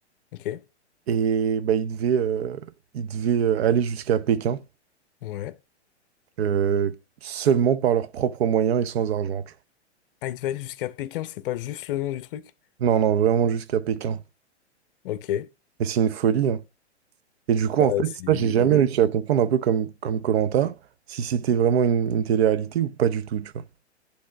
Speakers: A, on the left; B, on the right.
A: Ok?
B: et bah, ils devaient, euh, ils devaient euh, aller jusqu'à Pékin
A: Ouais.
B: euh, seulement par leurs propres moyens et sans argent.
A: Ah, il devait aller jusqu'à Pékin, c'est pas juste le nom du truc?
B: Non, non, vraiment jusqu'à Pékin.
A: Ok.
B: Et c'est une folie. hein. Et du coup,
A: Bah,
B: en fait,
A: c'est.
B: ça, j'ai jamais
A: ouais.
B: réussi à comprendre, un peu comme comme Koh-Lanta, si c'était vraiment une, une télé-réalité ou pas du tout, tu vois.